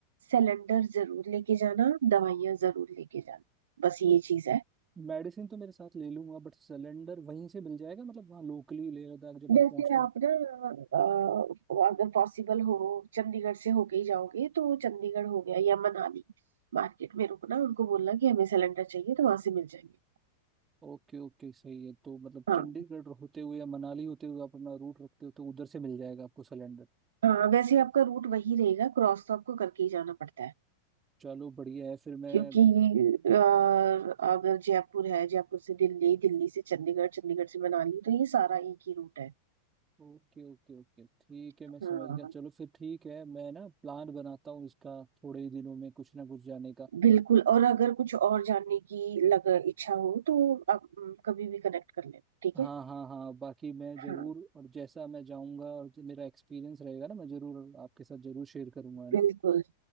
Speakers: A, on the right (about 60°); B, on the right (about 20°).
A: सिलेंडर जरूर लेके जाना दवाइयां जरूर लेके जाना बस ये
B: तो
A: चीज है
B: मेडिसिन तो मेरे साथ ले लूंगा बट सिलेंडर वहीं से मिल जाएगा मतलब वहाँ लोकली लेह लद्दाख जब आप
A: जैसे
B: पहुंचते
A: आप
B: हो
A: ना अ, अगर पॉसिबल हो चंडीगढ़ से होके ही जाओगे तो चंडीगढ़ हो गया या मनाली मार्केट में रुकना उनको बोलना कि हमें सिलेंडर चाहिए तो वहां से मिल जाएंगे
B: ओके ओके सही है तो मतलब
A: हाँ
B: चंडीगढ़ होते हुए या मनाली होते हुए आप अपना रूट रखते हो तो उधर से मिल जाएगा आपको सिलेंडर
A: हाँ वैसे आपका रूट वही रहेगा क्रॉस तो आपको करके ही जाना पड़ता है
B: चलो बढ़िया है फिर मैं
A: क्योंकि अ, अगर जयपुर है जयपुर से दिल्ली दिल्ली से चंडीगढ़ चंडीगढ़ से मनाली तो ये सारा एक ही रूट है
B: ओके ओके ओके ठीक है मैं
A: हाँ
B: समझ गया चलो फिर ठीक है मैं ना प्लान बनाता हूँ इसका थोड़े ही दिनों में कुछ ना कुछ जाने का
A: बिल्कुल और अगर कुछ और जानने की लग इच्छा हो तो आप अम, कभी भी कनेक्ट कर लेना ठीक
B: हाँ
A: है
B: हाँ हाँ बाकी मैं जरूर
A: हाँ
B: और जैसा मैं जाऊँगा और जो मेरा एक्सपीरियंस रहेगा ना मैं जरूर आपके साथ जरूर शेयर करूंगा है ना
A: बिल्कुल